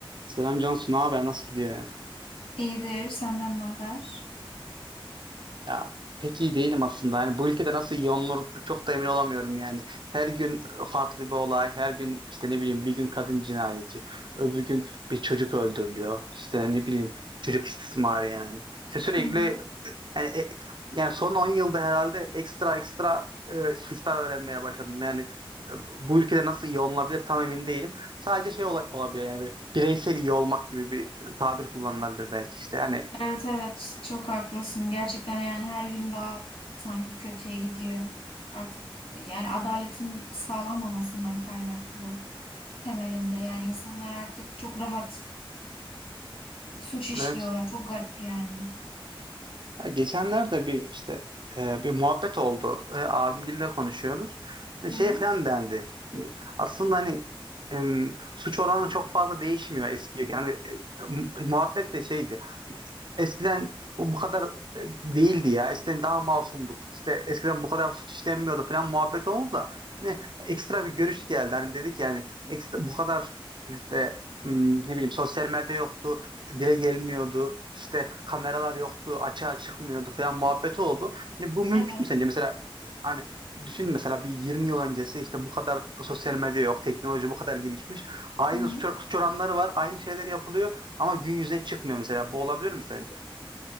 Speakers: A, on the right (about 55°); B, on the left (about 75°).
A: Selam Cansu, ne haber? Nasıl gidiyor ya?
B: İyidir, senden ne haber?
A: Ya pek iyi değilim aslında. Yani bu ülkede nasıl iyi olunur çok da emin olamıyorum yani. Her gün farklı bir olay, her gün işte ne bileyim bir gün kadın cinayeti, öbür gün bir çocuk öldürülüyor. İşte ne bileyim çocuk istismarı yani. İşte sürekli
B: Hmm.
A: yani e- yani son 10 yılda herhalde ekstra ekstra e, suçlar öğrenmeye başladım. Yani e, bu ülkede nasıl iyi olunabilir tam emin değilim. Sadece şey ola- olabiliyor yani böyle bireysel iyi olmak gibi bir tabir kullanılabilir belki işte. Yani
B: Evet evet, çok haklısın. Gerçekten yani her gün daha sanki kötüye gidiyor. Artık yani adaletin sağlanmamasından kaynaklı temelinde. Yani insanlar artık çok rahat suç işliyorlar.
A: Evet.
B: Çok garip yani.
A: Ya geçenlerde bir işte e, bir muhabbet oldu. E, abimgille konuşuyoruz. E,
B: Hı
A: şey
B: hı.
A: falan dendi. Hani aslında hani em, suç oranı çok fazla değişmiyor eskiye. Yani e, mu- muhabbet de şeydi. Hani Eskiden bu bu kadar e, değildi ya. Eskiden daha masumduk. İşte eskiden bu kadar suç işlenmiyordu falan muhabbet oldu da hani ekstra bir görüş geldi. Hani dedik yani ekstra, bu kadar işte m, ne bileyim sosyal medya yoktu dile gelmiyordu. İşte kameralar yoktu, açığa çıkmıyordu falan muhabbeti oldu. Hani bu mümkün
B: Evet.
A: mü sence? Mesela hani düşün mesela bir 20 yıl öncesi işte bu kadar sosyal medya yok, teknoloji bu kadar gelişmiş. Aynı
B: Hı hı.
A: suç, suç oranları var, aynı şeyler yapılıyor ama gün yüzüne çıkmıyor mesela. Bu olabilir mi sence?